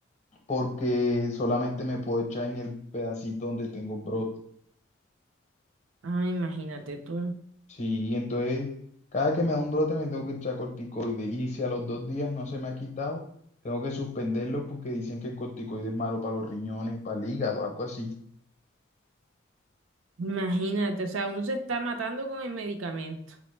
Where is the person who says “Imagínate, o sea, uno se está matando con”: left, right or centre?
Right